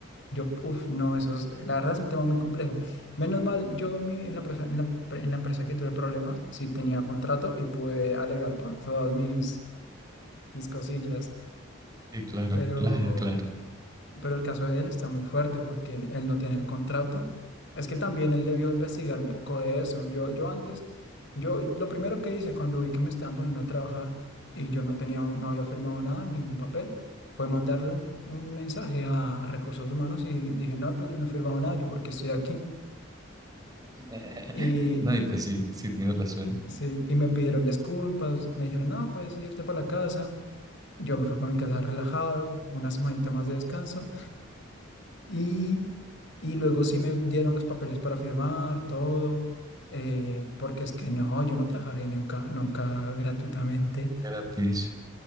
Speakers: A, on the left; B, on the right.
A: Yo, uff, no, eso es, la verdad es un tema muy complejo. Menos mal, yo en mi, en la, presa- en la, pre- en la empresa que tuve problemas, sí tenía contrato y pude alegar por todas mis, mis cosillas.
B: Sí, claro,
A: Pero
B: claro, claro.
A: pero el caso de él está muy fuerte porque el no tener contrato, es que también él debió investigar un poco de eso. Yo, yo antes, yo lo primero que hice cuando vi que me estaban poniendo a trabajar y yo no tenía, un- no había firmado nada, ningún papel, fue mandarle un, un mensaje a Recursos Humanos y dije, no, pues yo no he firmado nada, yo porque estoy aquí.
B: <laughs>
A: Y,
B: No, y
A: y,
B: pues sí, sí tienes razón.
A: sí, y me pidieron disculpas, me dijeron, no, pues irte para la casa. Yo me fui para mi casa relajado, una semanita más de descanso. Y, y luego sí me dieron los papeles para firmar, todo, eh, porque es que no, yo no trabajaré nunca, nunca gratuitamente.
B: Gratis.